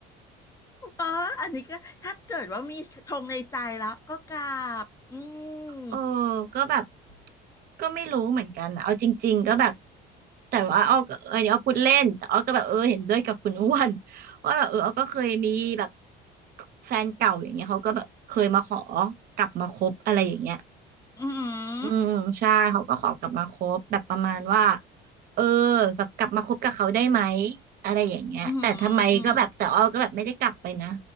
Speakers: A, on the left; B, on the right.
A: เอออันนี้ก็ถ้าเกิดว่ามีธงในใจแล้วก็กราบอืม
B: เออก็แบบก็ไม่รู้เหมือนกันอะเอาจริงๆก็แบบ แต่ว่าอ้อก็เอออันนี้อ้อพูดเล่น แต่อ้อก็แบบเออเห็นด้วยกับคุณอ้วน <laughs> ว่าแบบเอออ้อก็เคยมีแบบแฟนเก่าอย่างเงี้ยเขาก็แบบเคยมาขอกลับมาคบอะไรอย่างเงี้ย
A: อื
B: อืมใช่เขาก็ขอกลับมาคบแบบประมาณว่า
A: ม
B: เออแบบกลับมาคบกับเขาได้ไหมอะไรอย่างเงี้ยแต่ทำไมก็แบบแต่อ้อก็แบบไม่ได้กลับไปนะ
A: อหืมออืมอหืออืม